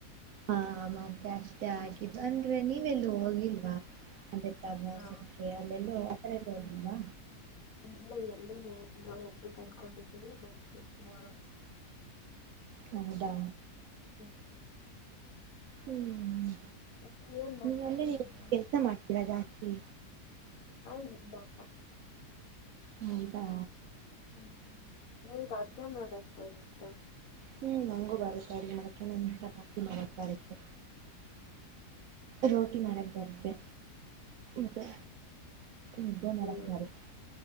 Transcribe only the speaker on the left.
ಹಾ
ಇಲ್ಲ ಎಲ್ಲು ನೋಡಿಲ್ಲ ಹೋಗ್ಬೇಕು ಅನ್ಕೊಂಡಿದಿವಿ ಹೋಗ್ತೀವಿ ಟುಮಾರೋ
ಹ್ಮ್
ಮತ್ತೆ ಏನ್
ಮಾಡ್ತೀರ
ನೀವು
ಹೌದ ಬಾಪಾ
ಹ್ಮ್ ನೀ ಈಗ ಅಡ್ಗೆ ಮಾಡಕ್ತಂತ
ಹೇಳಿ